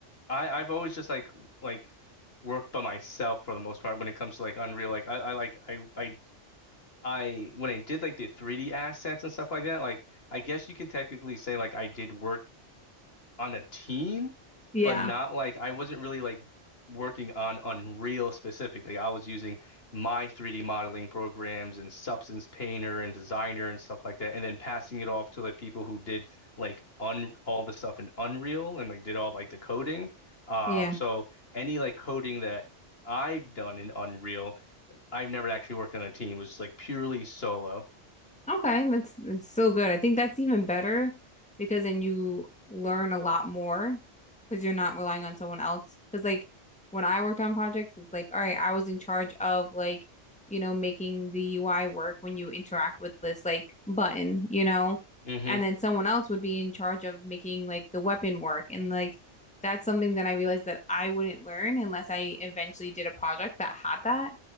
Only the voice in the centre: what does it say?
Yeah.
Yeah.
Okay, that's that's still good. I think that's even better because then you learn a lot more because you're not relying on someone else. Because like when I worked on projects, it's like, all right, I was in charge of like, you know, making the UI work when you interact with this like button, you know,
and then someone else would be in charge of making like the weapon work. And like that's something that I realized that I wouldn't learn unless I eventually did a project that had that.